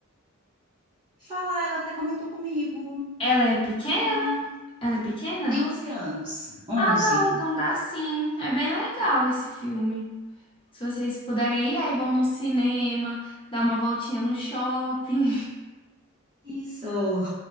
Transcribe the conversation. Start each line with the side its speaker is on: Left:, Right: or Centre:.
Right: Falar, ela até comentou comigo.
Left: Ela é pequena?
Right: Ah,
Left: Ela é pequena?
Right: tem 11 anos, 11.
Left: Ah, não, então dá sim. É bem legal esse filme. Se vocês puderem ir, aí vão no cinema, dar uma voltinha no shopping,
Right: Isso.